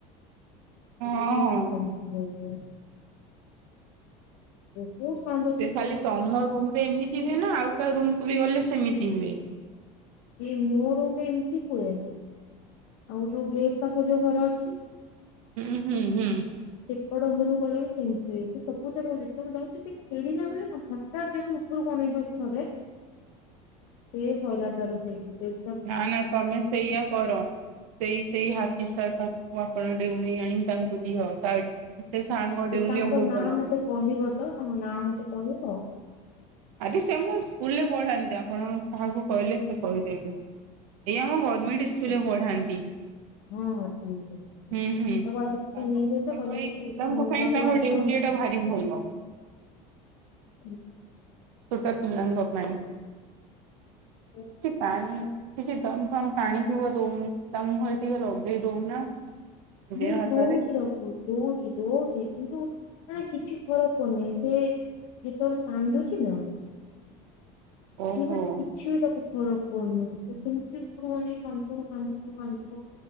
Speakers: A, on the right; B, on the left.
A: ହଁ
B: ସେଥି ପାଇଁ
A: ହଁ।
B: ସେ ସେମିତି ହଉ ଥିବେ। ବହୁତ କମ୍
A: ସେ ଖାଲି ତମ ରୁମ ରେ ଏମିତି ହୁଏ ନା ଆଉ କାହା ରୁମ କୁ ବି ଗଲେ ସେମିତି ହୁଏ?
B: ସେ ମୋ ରୁମରେ ଏମିତି ହୁଏ ଆଉ ଯୋଉ ଗେଟ୍ ପାଖରେ ଯୋଉ ଘର ଅଛି
A: ହୁଁ ହୁଁ ହୁଁ।
B: ସେପଟ ଘରୁ ଗଲେ ବି ସେମିତି ହୁଏ ସେ ସବୁ ଯାଗ ଯେତେବେଳେ ଯାଉଛି ଖେଳିଲା ବୋଲି ନା ଟା ଯଦି ଉପର ଗଣିତ ଥରେ ସେ ଶୋଇଲା ତ ର ସେଇଠି ସେ
A: ନା ନା ତମେ ସେଇଆ କର। ସେଇ ସେଇ ହାତୀସାର୍ ପାଖକୁ ଆପଣ ଡେଉଁରି ଆଣି ତାଙ୍କୁ ଦିଅ ତା ସେ ସାଙ୍ଗ
B: ଓ
A: ଡେଉଁରିଆ
B: ତାଙ୍କ
A: ବହୁତ
B: ନାଁ
A: ଭଲ।
B: ମତେ କହିବ ତ ତାଙ୍କ ନାଁ ମୋତେ କହିବ?
A: ଆରେ ସେ ଆମ ସ୍କୁଲରେ ପଢାନ୍ତି ଆପଣ କାହାକୁ କହିଲେ ସେ କହିଦେବେ ଏଇ ଆମ ମେଣ୍ଟ
B: ଆଛା
A: ସ୍କୁଲରେ ପଢାନ୍ତି?
B: ହଁ ହଁ ଠିକ ଅଛି।
A: ହୁଁ ହୁଁ
B: ତାକୁ ଆଜି ସେଥିପାଇଁ
A: ତା ତାଙ୍କ
B: ନେଇକି ଯାଇଥିଲେ କହିଲେ
A: ଏଇ
B: କି
A: ପିଲାଙ୍କ
B: ଏଠି ନୂଆ
A: ପାଇଁ
B: ଯୋଉ
A: ତାଙ୍କ
B: ଆସୁଛନ୍ତି
A: ଡେଉଁରିଆ ଟା ଭା ବି ଭଲ।
B: ହୁଁ।
A: ଛୋଟ ପିଲାଙ୍କ ପାଇଁ କିଛି
B: ନା
A: ପ୍ରାଣ କିଛି ଦମ୍ ମ ପାଣି ଥିବ ଦଉନ ତା ମୁହଁରେ ଟିକେ ଲଗେଇ ଦଉନା। ଦେହ
B: ମୁଁ
A: ହାତରେ
B: ଦଉଛି ରଖୁଛି। ଦଉଛି ଦଉଛି କିନ୍ତୁ ମାନେ କିଛି ଫରକ ହଉନି ସେ ଯେତେବେଳେ କାନ୍ଦୁଛି ନା
A: ଓହୋ।
B: ନ କି କିଛି ବି ତାକୁ ଫରକ ପଡୁନି ସେ ସେମିତି ଉପରୁ ଅନେଇ କାନ୍ଦୁଥିବ କାନ୍ଦୁଥିବ କାନ୍ଦୁଥିବ।